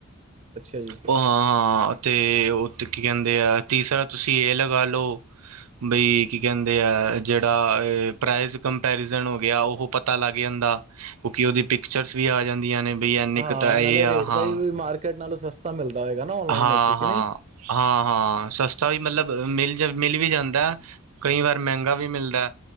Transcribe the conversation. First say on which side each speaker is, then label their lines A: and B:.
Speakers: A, on the right; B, on the right.
A: ਅੱਛਾ ਜੀ,
B: ਓਹਾਂ ਹਾਂ ਤੇ ਓ ਤੇ ਕੀ ਕਹਿੰਦੇ ਆ ਤੀਸਰਾ ਤੁਸੀ ਏਹ ਲਗਾ ਲਓ ਬਈ ਕੀ ਕਹਿੰ ਦੇ ਆ ਜਿਹੜਾ ਅ ਪ੍ਰਾਈਜ਼ ਕੰਪੈਰੀਜ਼ਨ ਹੋ ਗਿਆ ਉਹ ਪਤਾ ਲੱਗ ਜਾਂਦਾ। ਕਿ ਓਹਦੀ ਪਿਕਚਰਸ ਵੀ ਆ ਜਾਂਦੀਆਂ ਨੇ। ਬਈ ਏਨੇ
A: ਹਾਂ
B: ਕ ਦਾ ਏਹ
A: ਨਾਲੇ
B: ਆਹਾ।
A: ਰੇਟ ਦਾ ਹੀ ਵੀ ਮਾਰਕੀਟ ਨਾਲੋਂ ਸਸਤਾ ਮਿਲਦਾ ਹੋਏਗਾ ਨਾ ਔਨਲਾਈਨ
B: ਹਾਂ
A: ਵਿੱਚ ਕਿ
B: ਹਾਂ।
A: ਨਹੀਂ।
B: ਹਾਂ ਹਾਂ ਸਸਤਾ ਵੀ ਮਤਲਬ ਮਿਲ ਜ ਮਿਲ ਵੀ ਜਾਂਦਾ ਐ। ਕਈ ਵਾਰ ਮਹਿੰਗਾ ਵੀ ਮਿਲਦਾ ਐ।